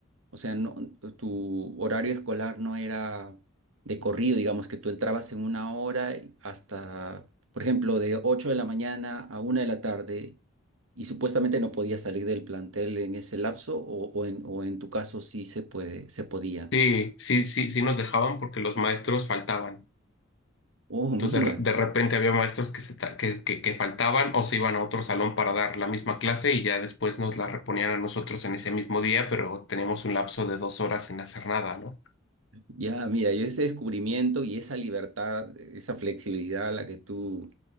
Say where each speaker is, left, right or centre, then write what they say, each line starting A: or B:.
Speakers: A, on the right (about 85°); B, on the left (about 60°).
A: o sea, no, tu horario escolar no era de corrido, digamos que tú entrabas en una hora y hasta, por ejemplo, de 8 de la mañana a una de la tarde y supuestamente no podías salir del plantel en ese lapso o, o en, o en tu caso sí se puede, se podía.
B: Sí, sí, sí, sí nos dejaban porque los maestros faltaban.
A: Oh, mira,
B: Entonces, de, re- de repente había maestros que, se ta- que, que, que faltaban o se iban a otro salón para dar la misma clase y ya después nos la reponían a nosotros en ese mismo día, pero teníamos un lapso de dos horas sin hacer nada, ¿no?
A: ya, mira, yo ese descubrimiento y esa libertad, esa flexibilidad a la que tú